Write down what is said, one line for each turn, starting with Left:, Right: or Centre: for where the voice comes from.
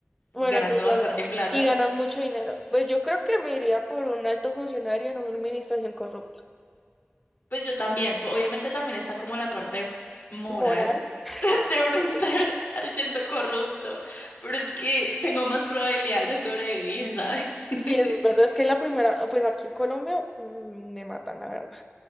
Centre: bueno,
Left: ganando
Centre: eso es
Left: bastante
Centre: verdad.
Left: plata,
Centre: Y ganan mucho dinero. Pues yo creo que me iría por un alto funcionario en una administración corrupta.
Left: pues yo también, pues obviamente también está como la parte moral
Centre: Moral. <laughs>
Left: <laughs> de uno estar
Centre: Sí,
Left: <laughs> siendo corrupto, pero es que tengo más probabilidad de sobrevivir, ¿sabes? <laughs>
Centre: sí, es verdad. Es que la primera, pues aquí en Colombia mm, me matan, la verdad.